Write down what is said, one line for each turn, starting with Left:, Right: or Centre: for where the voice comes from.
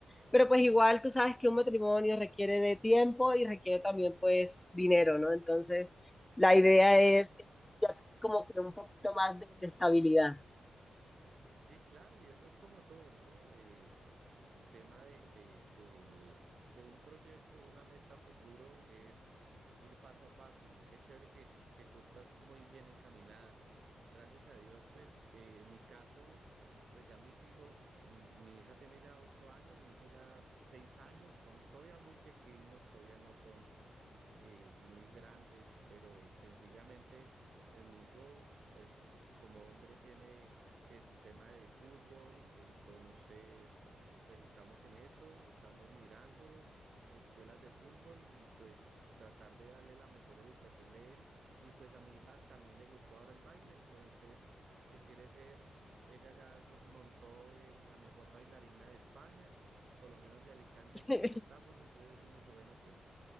Left: pero pues igual tú sabes que un matrimonio requiere de tiempo y requiere también pues dinero, ¿no? Entonces, la idea es ya tener como que un poquito más de estabilidad.
Right: Sí, claro, y eso es como todo, ¿no? Eh, el tema de, de, del- de un proyecto, una meta futuro es ir paso a paso y qué chévere que, que tú estás muy bien encaminada. Gracias a Dios, pues eh, en mi caso, pues ya mis hijos, mm, mi hija tiene ya ocho años, mi hijo ya seis años, son todavía muy pequeños, todavía no son eh, muy grandes, pero sencillamente, pues mi hijo, pues como hombre tiene que su tema de fútbol, entonces, pues estamos en eso, estamos mirando escuelas de fútbol y pues tratar de darle la mejor educación de él. Y pues a mi hija también le gustó ahora el baile, entonces, que quiere ser, ella ya se montó en la mejor bailarina de España, por lo menos de Alicante,
Left: <laughs>
Right: que donde estamos, entonces uno dice, bueno, pues...